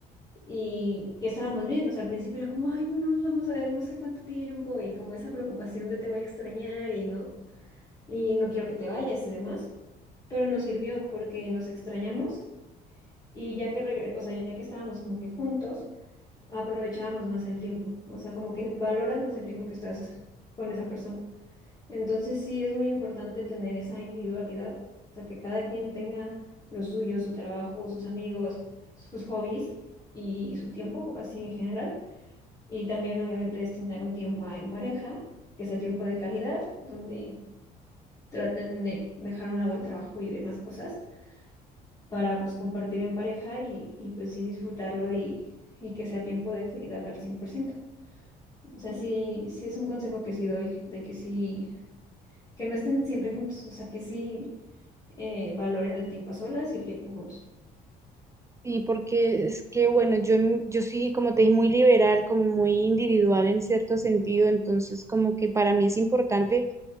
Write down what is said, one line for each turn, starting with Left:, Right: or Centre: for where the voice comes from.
Left: y que estábamos bien, o sea, al principio era como, ay, no, no nos vamos a ver no sé cuánto tiempo y como esa preocupación de te voy a extrañar y no, y no quiero que te vayas y demás, pero nos sirvió porque nos extrañamos y ya que regre- o sea, ya que estábamos como que juntos aprovechábamos más el tiempo, o sea, como que valoras más el tiempo que estás con esa persona. Entonces sí es muy importante tener esa individualidad, o sea, que cada quien tenga lo suyo, su trabajo, sus amigos, sus hobbies y su tiempo, así en general. Y también obviamente destinar un tiempo a- en pareja, que sea tiempo de calidad, donde traten de dejar a un lado el trabajo y demás cosas para pues compartir en pareja y, y pues sí disfrutarlo y, y que sea tiempo de calidad al 100%. O sea, sí, sí es un consejo que sí doy, de que sí, que no estén siempre juntos, o sea, que sí eh, valoren el tiempo a solas y el tiempo juntos.
Right: Sí, porque es que, bueno, yo, en- yo sí, como te dije, muy liberal, como muy individual en cierto sentido, entonces como que para mí es importante